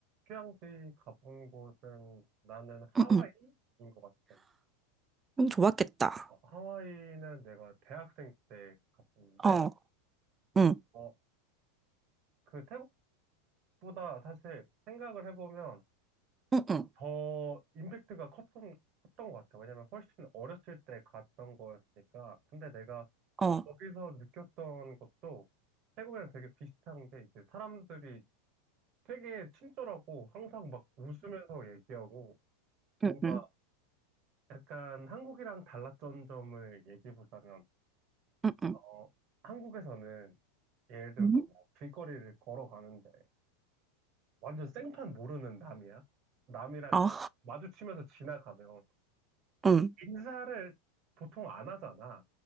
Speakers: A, on the right (about 45°); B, on the right (about 20°).
A: 휴양지 가본 곳은 나는 하와이인
B: 응, 응,
A: 것 같아.
B: 응, 좋았겠다.
A: 어, 하와이는 내가 대학생 때 갔었는데,
B: 어, 응,
A: 어, 그 태국보다 사실 생각을 해보면
B: 응, 응,
A: 더 임팩트가 컸던, 컸던 것 같아. 왜냐면 훨씬 어렸을 때 갔던 거였으니까. 근데 내가
B: 어,
A: 거기서 느꼈던 것도 태국이랑 되게 비슷한 게 이제 사람들이 되게 친절하고 항상 막 웃으면서 얘기하고
B: 응,
A: 뭔가
B: 응,
A: 약간 한국이랑 달랐던 점을 얘기해 보자면,
B: 응, 응,
A: 어, 한국에서는 예를 들어서
B: 응?
A: 뭐 길거리를 걸어가는데 완전 생판 모르는 남이야. 남이랑
B: 어,
A: 이제 마주치면서 지나가면
B: 응,
A: 인사를 보통 안 하잖아.